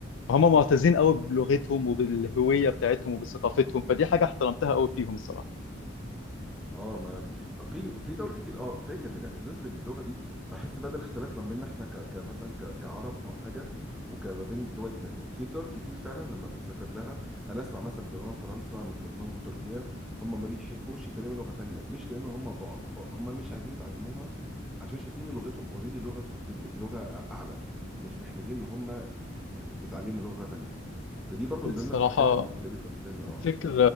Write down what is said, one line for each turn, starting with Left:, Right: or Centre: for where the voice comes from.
Left: فهم معتزين قوي بلغتهم وبالهوية بتاعتهم وبثقافتهم فدي حاجة احترمتها قوي فيهم الصراحة
Centre: اه ما في في دول كتير اه فكره الاعتزاز باللغه دي بحس بدل اختلاف ما بيننا احنا ك... كمثلا ك... كعرب او حاجه وكما بين دول تانية في دول كتير فعلا لما بتسافر لها انا اسمع مثلا من ضمنهم فرنسا من ضمنهم تركيا هم ما بيحبوش يتكلموا لغه تانية مش لان هم ضعفاء هم مش عايزين يتعلموها عشان شايفين إن لغتهم اوريدي لغه سوبيريور لغه اعلى مش محتاجين ان هم ي- يعني يتعلموا لغه تانية فدي برضو
Left: الصراحة
Centre: من ضمن الحاجات المختلفه ما بيننا اه
Left: فكر